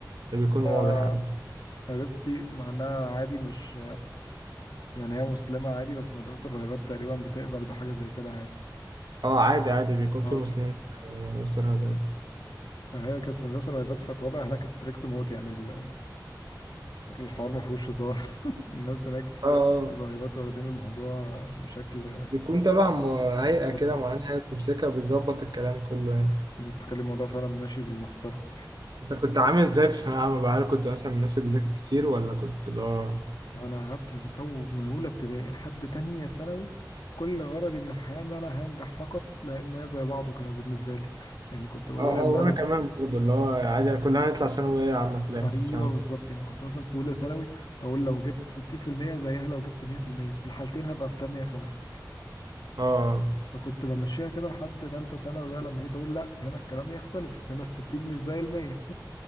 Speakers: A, on the right; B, on the left.
A: ده بيكون واضح
B: آه،
A: أوي
B: قريبتي مع إنها عادي مش يعني هي مسلمة عادي بس مدرسة الراهبات تقريبا بتقبل بحاجة زي كده عادي
A: اه عادي عادي بيكون
B: اه
A: في مسلمين آه، استرهابات
B: فهي كانت في مدرسة راهبات فالوضع هناك ستريكت موت يعني ال- الحوار ما فيهوش هزار <laughs> الناس هناك
A: اه آه،
B: الراهبات واخدين الموضوع بشكل
A: بيكون تبع م- هيئة
B: جدي
A: كده معينة هي بتمسكها بتظبط الكلام كله يعني
B: تخلي الموضوع فعلا ماشي بالمسطرة
A: انت كنت عامل ازاي في ثانوية عامة بقى هل كنت مثلا من الناس اللي بتذاكر كتير ولا كنت اللي هو
B: وأنا قعدت من أول من أولى ابتدائي لحد تانية ثانوي كل غرضي من الحياة إن أنا هنجح فقط لأن هي زي بعضه كانوا بالنسبة لي <laughs> يعني كنت بقول
A: اه
B: إن
A: اه وانا
B: أنا
A: كمان برضه اللي هو عادي كلنا هنطلع ثانوية عامة في الآخر
B: أيوه
A: فاهم
B: بالظبط يعني كنت مثلا في أولى ثانوي أقول لو جبت 60% زيها لو جبت 100% في المية، في الحالتين هبقى في تانية ثانوي
A: اه اه.
B: فكنت بمشيها كده لحد تالتة ثانوي بقى لما جيت أقول لأ هنا الكلام يختلف هنا الستين مش زي المية